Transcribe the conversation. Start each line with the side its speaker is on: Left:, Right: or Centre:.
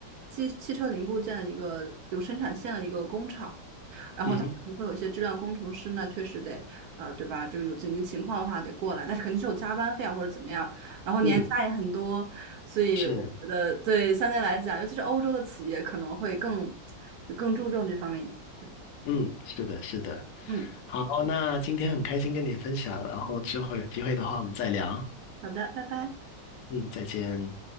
Right: 汽汽车零部件的一个有生产线的一个工厂，然后它可能会有一些质量工程师，
Left: 嗯哼，
Right: 那确实得啊、呃对吧？这个有紧急情况的话得过来，但是肯定是有加班费啊或者怎么样，然后年假也很多，
Left: 嗯
Right: 所以我觉得对相对来讲，
Left: 是。
Right: 尤其是欧洲的企业可能会更就更注重这方面一点。对，
Left: 嗯，是的，是的。
Right: 嗯，
Left: 好，那今天很开心跟你分享，然后之后有机会的话我们再聊。
Right: 嗯好的，拜拜。
Left: 嗯，再见。